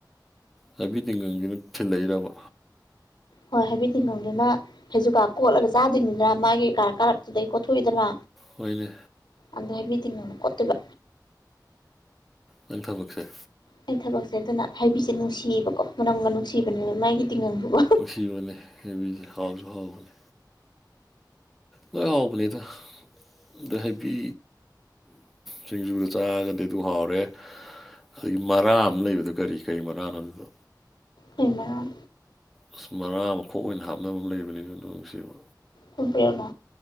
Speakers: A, in the centre; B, on the left (about 80°).
A: ꯍꯥꯏꯕꯤ ꯇꯤꯡꯒꯪꯖꯤꯅ ꯊꯤꯜꯂꯛꯏꯔꯕ
B: ꯍꯣꯏ ꯍꯥꯏꯕꯤ ꯇꯤꯡꯈꯪꯗꯨꯅ ꯍꯩꯖꯨꯀꯥ ꯀꯣꯠꯂꯒ ꯆꯥꯗꯣꯏꯅꯤꯗꯅ ꯃꯥꯒꯤ ꯀꯥꯔꯛ ꯀꯥꯔꯛꯇꯨꯗꯒꯤ ꯀꯣꯠꯊꯣꯛꯏꯗꯅ
A: ꯍꯣꯏꯅꯦ
B: ꯑꯗꯣ ꯍꯥꯏꯕꯤ ꯇꯤꯡꯈꯪꯅ ꯀꯣꯠꯇꯣꯏꯕ
A: ꯅꯪ ꯊꯕꯛꯁꯦ
B: ꯑꯩ ꯊꯕꯛꯁꯦ ꯑꯗꯨꯅ ꯍꯥꯏꯕꯤꯁꯦ ꯅꯨꯡꯁꯤꯌꯦꯕꯀꯣ ꯃꯅꯝꯒ ꯅꯨꯡꯁꯤꯕꯅꯦ ꯃꯥꯏꯒꯤ ꯇꯤꯡꯒꯪꯗꯨꯀꯣ
A: ꯅꯨꯡꯁꯤꯕꯅꯦ ꯍꯩꯕꯤꯁꯦ ꯍꯥꯎꯁꯨ ꯍꯥꯎꯕꯅꯦ ꯂꯣꯏ ꯍꯥꯎꯕꯅꯤꯗ ꯑꯗꯩ ꯍꯩꯕꯤ ꯁꯤꯡꯖꯨꯒ ꯆꯥꯔꯒꯗꯤ ꯑꯗꯨ ꯍꯥꯎꯔꯦ ꯍꯩ ꯃꯔꯥ ꯑꯃ ꯂꯩꯕꯗꯣ ꯀꯔꯤ ꯀꯔꯤ ꯃꯔꯥꯅꯣ ꯑꯗꯨꯗꯣ
B: ꯀꯩ ꯃꯔꯥ
A: ꯑꯁ ꯃꯔꯥ ꯃꯈꯣꯛ ꯑꯣꯏꯅ ꯍꯥꯞꯅꯕ ꯑꯃ ꯂꯩꯕꯅꯤꯅꯦ ꯑꯗꯨ ꯅꯨꯡꯁꯤꯕ
B: ꯀꯣꯝꯄ꯭ꯔꯦꯛꯂꯣ